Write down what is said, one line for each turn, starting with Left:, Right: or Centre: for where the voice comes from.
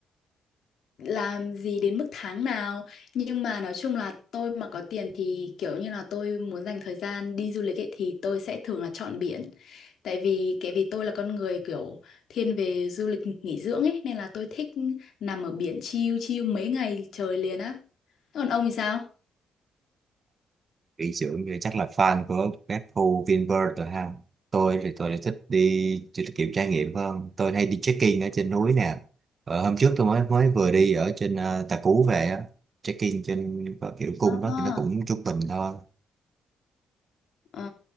Left: Làm gì đến mức tháng nào, nhưng mà nói chung là tôi mà có tiền thì kiểu như là tôi muốn dành thời gian đi du lịch ấy thì tôi sẽ thường là chọn biển. Tại vì cái vì tôi là con người kiểu thiên về du lịch nghỉ dưỡng ấy nên là tôi thích nằm ở biển chill chill mấy ngày trời liền á. Còn ông thì sao?
Right: nghỉ dưỡng thì chắc là fan của các khu Vinpearl rồi ha tôi thì tôi lại thích đi chỉ là kiểu trải nghiệm hơn tôi hay đi trekking ở trên núi nè ờ, hôm trước tôi mới mới vừa đi ở trên uh, Tà Cú về á trekking trên có kiểu cung
Left: À.
Right: đó thì nó cũng trung bình thôi
Left: Ờ,